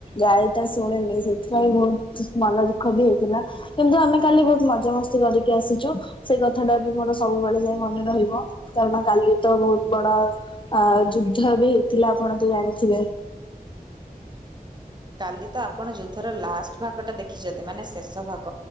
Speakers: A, on the left (about 35°); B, on the right (about 30°).
A: ଗାଳି ଟା ଶୁଣିଲି ସେଇଥିପାଇଁ ବହୁତ୍ ମନ ଦୁଃଖ ବି ହେଇଥିଲା। କିନ୍ତୁ ଆମେ କାଲି ବହୁତ୍ ମଜା ମସ୍ତି କରିକି ଆସିଚୁ, ସେଇ କଥା ଟା ବି ମୋର ସବୁବେଳେ ଯାଏ ମନେ ରହିବ। କାରଣ କାଲି ତ ବହୁତ୍ ବଡ ଅ ଯୁଦ୍ଧ ବି ହେଇଥିଲା ଆପଣ ତ ଜାଣିଥିବେ।
B: କାଲି ତ ଆପଣ ଯୁଦ୍ଧର ଲାଷ୍ଟ ଭାଗ ଟା ଦେଖିଚନ୍ତି ମାନେ ଶେଷ ଭାଗ।